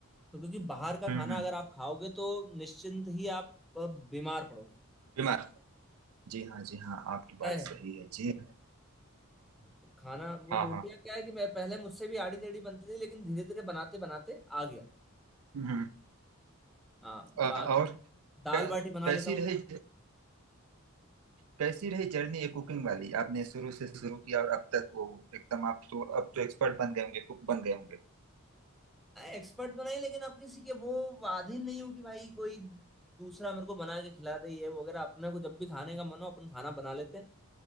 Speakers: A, in the centre; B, on the right.
A: तो क्योंकि बाहर का
B: हम्म
A: खाना
B: हम्म
A: अगर आप खाओगे तो निश्चिंत ही आप अ, बीमार पड़ोगे
B: बीमार जी हाँ जी हाँ आपकी बात
A: तय है
B: सही है जी
A: तो खाना वो
B: हाँ
A: रोटियां
B: हाँ
A: क्या है कि मैं पहले मुझसे भी आड़ी टेढ़ी बनती थी लेकिन धीरे धीरे बनाते बनाते आ गया
B: हम्म
A: हाँ बा-
B: अ, और
A: दाल
B: कै,
A: बाटी बना
B: कैसी
A: लेता हूँ
B: रही कैसी रही जर्नी ये कुकिंग वाली आपने शुरू से शुरू किया और अब तक वो एकदम आप तो अब तो एक्सपर्ट बन गए होंगे कुक बन गए होंगे
A: एक्सपर्ट तो नहीं लेकिन आप किसी के वो अधीन नहीं हो कि भाई कोई दूसरा मेरे को बना के खिला दे ये वगैरह अपने को जब भी खाने का मन हो अपन खाना बना लेते हैं